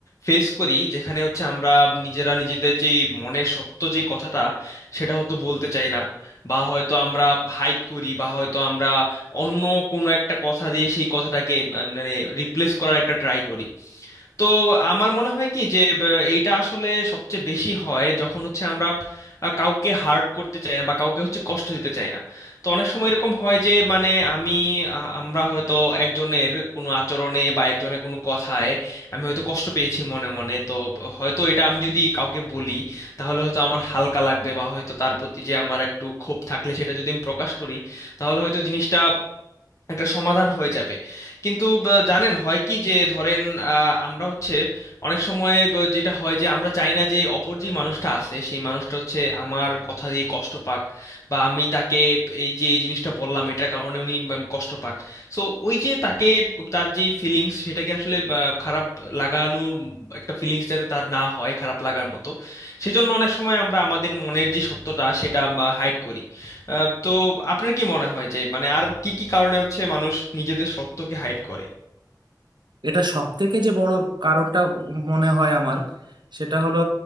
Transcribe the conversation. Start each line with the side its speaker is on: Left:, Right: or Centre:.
Left: ফেস করি যেখানে হচ্ছে আমরা নিজেরা নিজেদের যেই মনের সত্য যে কথাটা সেটা হয়তো বলতে চাই না বা হয়তো আমরা হাইড করি বা হয়তো আমরা অন্য কোনো একটা কথা দিয়ে সেই কথাটাকে আহ, মানে রিপ্লেস করার একটা ট্রাই করি তো আমার মনে হয় কি যে ব- এইটা আসলে সবচেয়ে বেশি হয় যখন হচ্ছে আমরা আহ, কাউকে হার্ট করতে চাই না বা কাউকে হচ্ছে কষ্ট দিতে চাই না তো অনেক সময় এরকম হয় যে মানে আমি আহ, আমরা হয়তো একজনের কোনো আচরণে বা একজনের কোনো কথায় আমি হয়তো কষ্ট পেয়েছি মনে মনে তো হয়তো এটা আমি যদি কাউকে বলি তাহলে হয়তো আমার হালকা লাগবে বা হয়তো তার প্রতি যে আমার একটু ক্ষোভ থাকলে সেটা যদি আমি প্রকাশ করি তাহলে হয়তো জিনিসটা একটা সমাধান হয়ে যাবে কিন্তু ব- জানেন হয় কি যে ধরেন আহ, আমরা হচ্ছে অনেক সময় ব- যেটা হয় যে আমরা চাই না যে অপর যে মানুষটা আছে সেই মানুষটা হচ্ছে আমার কথা দিয়ে কষ্ট পাক বা আমি তাকে এই যে এই জিনিসটা বললাম এটার কারণে উনি মানে কষ্ট পাক সো ওই যে তাকে তার যে ফিলিংস সেটাকে আসলে আহ, খারাপ লাগানোর একটা ফিলিংস যাতে তার না হয় খারাপ লাগার মতো সেজন্য অনেক সময় আমরা আমাদের মনের যে সত্যটা সেটা হাইড করি আহ, তো আপনার কি মনে হয় যে মানে আর কি কি কারণে হচ্ছে মানুষ নিজেদের সত্যকে হাইড করে
Right: এটা সব থেকে যে বড় কারণটা মনে হয় আমার সেটা হলো